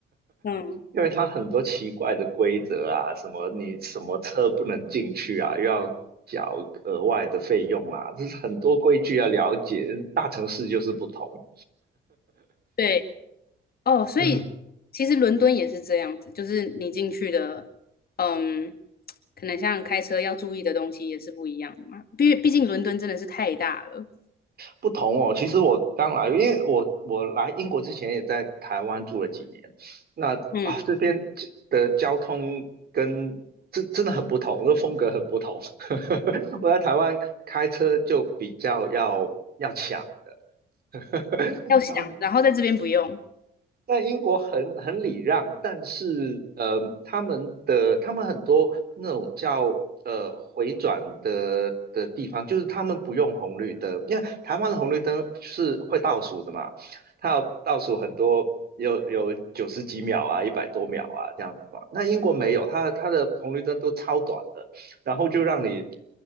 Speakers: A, on the left; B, on the right.
A: 嗯，
B: 因为它很多奇怪的规则啊，什么你什么车不能进去啊，又要缴额外的费用啊，这是很多规矩要了解。大城市就是不同，
A: 对哦，所以其实伦敦也是这样子，
B: <laughs> 嗯
A: 就是你进去的，嗯，可能像开车要注意的东西也是不一样的嘛。毕毕竟伦敦真的是太大了，
B: 不同哦。其实我刚来，因为我我来英国之前也在台湾住了几年，那啊这边的交通跟真真的很不同，
A: 嗯，
B: 这风格很不同。<laughs> 我在台湾开车就比较要要抢。的，<laughs>
A: 要想，
B: 然后。
A: 然后在这边不用。
B: 在英国很很礼让，但是呃，他们的他们很多那种叫呃回转的的地方，就是他们不用红绿灯，因为台湾的红绿灯是会倒数的嘛，它要倒数很多，有有九十几秒啊，一百多秒啊这样子嘛。那英国没有，它它的红绿灯都超短的，然后就让你